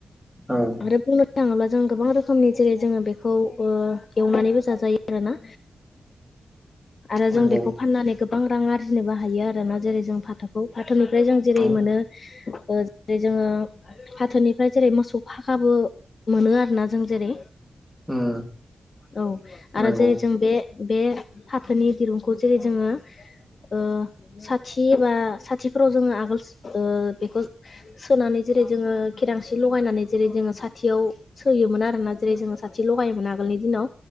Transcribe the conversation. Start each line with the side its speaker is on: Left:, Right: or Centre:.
Centre: औ
Left: आरो बुंनो नो थाङोब्ला जों गोबां रोखोमनि जेरै जोङो बेखौ ओ एवनानैबो जाजायो आरोना आरो जों
Centre: नंगौ
Left: बेखौ फाननानै गोबां रां आरजिनोबो हायो आरोना जेरै जों फाथो खौ फाथोनिफ्राय जों जेरै
Centre: औ
Left: मोनो ओ जेरै जोङो फाथोनिफ्राय जेरै मोसौ फाखाबो मोनो आरोना जों जेरै
Centre: उम
Left: औ
Centre: नंगौ
Left: आरो जेरै जों बे बे फाथोनि दिरुंखौ जेरै जोङो ओ साथि बा साथिफोराव जोङो आगोल बेखौ सोनानै जेरै जोङो केरासिन लगायनानै जेरै जोङो साथियाव सोयोमोन आरोना जेरै जोङो साथि लगायोमोन आगोलनि दिनाव